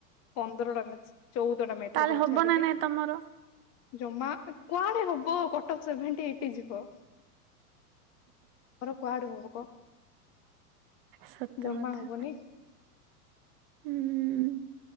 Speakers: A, on the left; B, on the right.
A: ପନ୍ଦରଟା କରିଚି। ଚଉଦଟା ମ୍ୟାଥ
B: ତାହେଲେ
A: ର କ <unintelligible>
B: ହବ
A: ଛାଡିଛି।
B: ନା ନାଇଁ ତମର
A: ଜମା କୁଆଡେ ହବ, କଟ ଅଫ୍ ସେଭେଣ୍ଟି ଏଇଟି ଯିବ। ମୋର କୁଆଡେ ହବ କହ,
B: ସତ
A: ଜମା
B: କଥା
A: ହବନି।
B: ହୁଁ